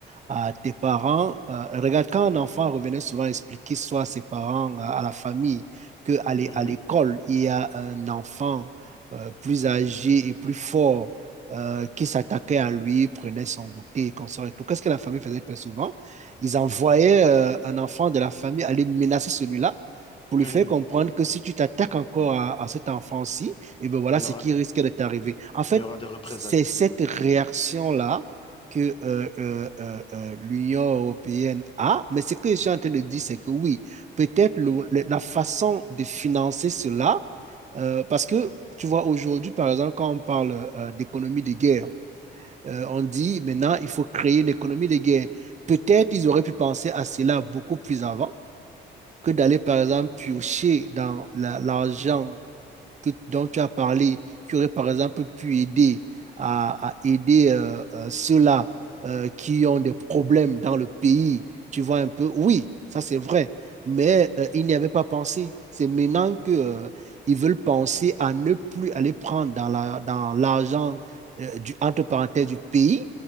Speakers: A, on the right; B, on the left.
A: à tes parents, euh, regarde, quand un enfant revenait souvent expliquer soit à ses parents, à, à la famille, que à l'é-
B: Mhm.
A: à l'école, il y a un enfant euh, plus âgé et plus fort euh, qui s'attaquait à lui, prenait son goûter, consort et tout. Qu'est-ce que la famille faisait très souvent? Ils envoyaient euh, un enfant de la famille aller menacer celui-là pour
B: Mhm.
A: lui faire comprendre que si tu t'attaques encore à, à cet enfant-ci, et ben voilà
B: Il
A: ce
B: y aura,
A: qui risque de t'arriver. En fait,
B: il y aura des représailles,
A: c'est cette
B: oui.
A: réaction-là que euh, euh, euh, euh, l'Union européenne a, mais ce que je suis en train de dire, c'est que oui, peut-être le- le- la façon de financer cela, euh, parce que tu vois, aujourd'hui, par exemple, quand on parle euh, d'économie de guerre, euh, on dit maintenant, il faut créer une économie de guerre. Peut-être ils auraient pu penser à cela beaucoup plus avant que d'aller, par exemple, piocher dans la- l'argent que, dont tu as parlé, qui aurait par exemple pu aider à, à aider euh, euh, ceux-là euh, qui ont des problèmes dans le pays. Tu vois un peu, oui, ça c'est vrai, mais euh, ils n'y avaient pas pensé. C'est maintenant qu'ils ils veulent penser à ne plus aller prendre dans la, dans l'argent euh, du, entre parenthèses du pays